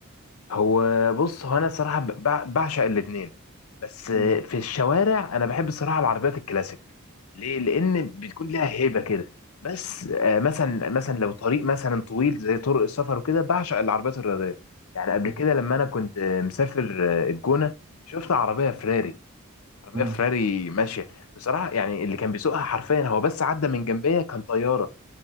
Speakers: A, on the left (about 80°); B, on the right (about 25°).
A: هو بص هو انا الصراحه ب- بع- بعشق الاثنين بس
B: مم.
A: في الشوارع انا بحب الصراحه العربيات الكلاسيك ليه لان بتكون ليها هيبه كده بس آه، مثلا مثلا لو طريق مثلا طويل زي طرق السفر وكده بعشق العربيات الرياضيه يعني قبل
B: مم.
A: كده لما انا كنت آه، مسافر آه، الجونه شفت عربيه فراري عربيه
B: مم.
A: فراري ماشيه بصراحه يعني اللي كان بيسوقها حرفيا هو بس عدى من جنبيا كان طياره